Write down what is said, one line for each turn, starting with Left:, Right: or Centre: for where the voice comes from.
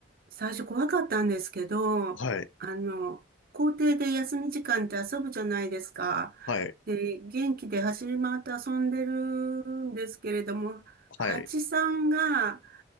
Right: 最初怖かったんですけど、
Left: はい。
Right: あの、校庭で休み時間って遊ぶじゃないですか。
Left: はい。
Right: で、元気で走り回って遊んでるんですけれども、蜂さんが
Left: はい。